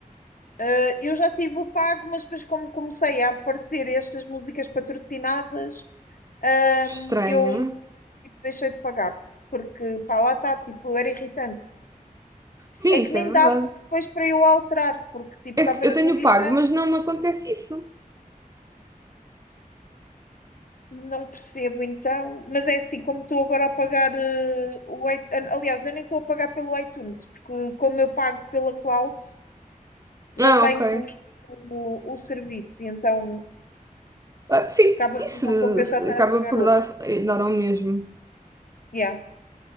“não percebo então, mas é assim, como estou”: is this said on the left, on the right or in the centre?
Left